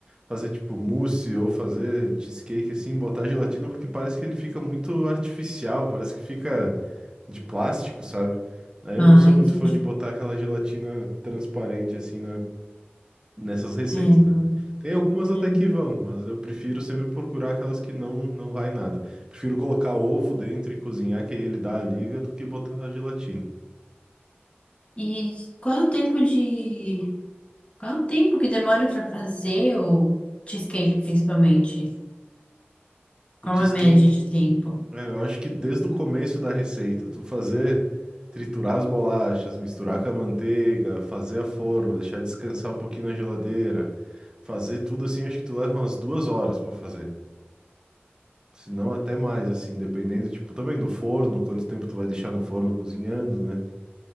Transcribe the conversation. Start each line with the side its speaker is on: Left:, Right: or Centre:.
Right: fazer tipo mousse ou fazer cheesecake assim, botar gelatina, porque parece que ele fica muito artificial, parece que fica de plástico, sabe? Aí
Left: Ah,
Right: eu não sou
Left: entendi.
Right: muito fã de botar aquela gelatina transparente assim na- nessas receitas,
Left: É, não-
Right: né? Tem algumas
Left: não-
Right: até que vão, mas eu prefiro sempre procurar aquelas que não não vai nada. Prefiro colocar ovo dentro e cozinhar, que aí ele dá a liga, do que botar a gelatina.
Left: E qual é o tempo de... Qual é o tempo que demora para fazer o cheesecake, principalmente?
Right: O
Left: Qual
Right: cheesecake
Left: é a média de tempo?
Right: É, eu acho que desde o começo da receita, tu fazer, triturar as bolachas, misturar com a manteiga, fazer a forma, deixar descansar um pouquinho na geladeira, fazer tudo assim, acho que tu leva umas duas horas pra fazer. Se não, até mais, assim, dependendo, tipo, também do forno, quanto tempo tu vai deixar no forno cozinhando, né?